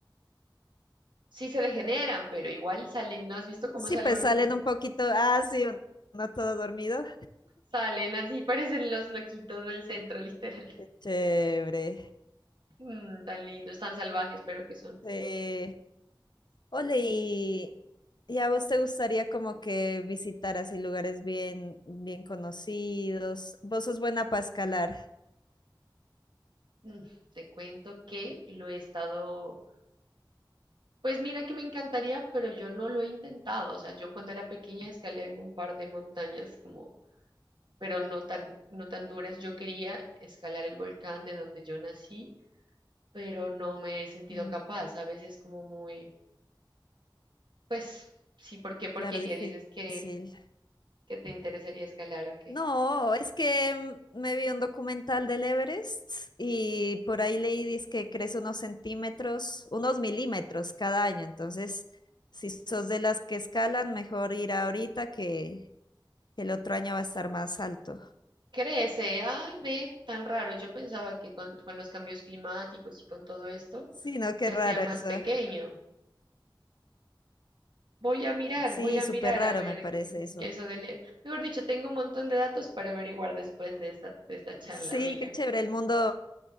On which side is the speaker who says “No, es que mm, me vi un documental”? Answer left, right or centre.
Left